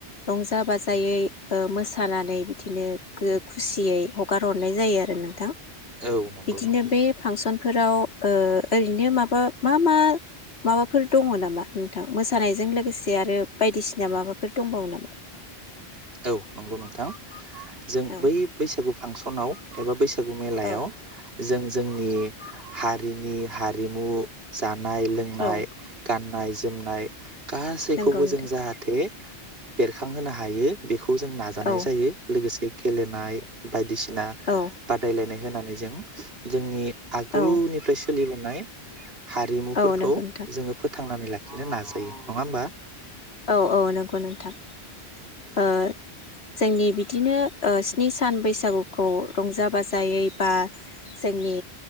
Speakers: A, on the left; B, on the right.
A: रंजा बाजायै मोसा सानानै बिदिनो खुसियै हगार हरनाय जायो आरो नोंथां।
B: औ नंगौ
A: बिदिनो
B: नंगौ
A: बे फांसन फोराव ओरैनो माबा मा मा? माबाफोर दङ नामा? नोंथां मोसानायजों लोगोसे आरो बायदिसिना माबाफोर दंबावो नामा?
B: औ नंगौ नोंथां। जों
A: औ
B: बै बैसागु फांसनाव एबा बैसा मेलायाव
A: औ
B: जों जोंनि हारिनि हारिमु ज जानाय लोंनाय
A: औ
B: गा ननाय जोमनाय। गासैखौबो
A: नंगौ नोंथां
B: जों जाहाथे बेरखांहोनो हायो। बेख खौ जों नाजानाय
A: औ
B: जायो लोगोसे गेलेनाय बायदिसि ना
A: औ
B: बादायलायनाय होनानै जों जोंनि आगुनिफ्रायसो
A: औ
B: सोलिबोनाय हारिमुफोरखौ
A: औ नंगौ नोंथां
B: जोङो फोथांनानै ला बिदिनो नाजायो नङा होमबा?
A: औ औ नंगौ नोंथां ओ जोंनि बिदिनो ओ स्नि सान बैसागुखौ रंजा बाजायै बा जोंनि